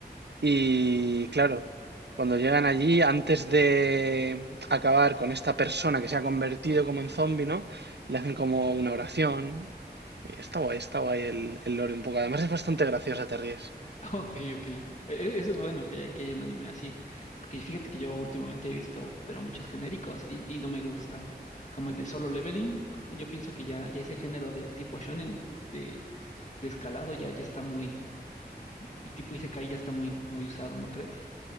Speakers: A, on the right (about 80°); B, on the left (about 45°).
A: y claro, cuando llegan allí, antes de acabar con esta persona que se ha convertido como en zombie, ¿no? Le hacen como una oración. Y está guay, está guay el, el lore un poco. Además es bastante graciosa, te ríes.
B: <laughs> Ok, ok. E- e- Eso es bueno que haya, que haya un anime así, porque fíjate que yo últimamente he visto, pero muchos genéricos y, y no me gustan, como el de Solo Leveling, como- yo pienso que ya, ya ese género de tipo shonen de, de escalado ya, ya está muy, el tipo Isekai ya está muy, muy usado, ¿no crees?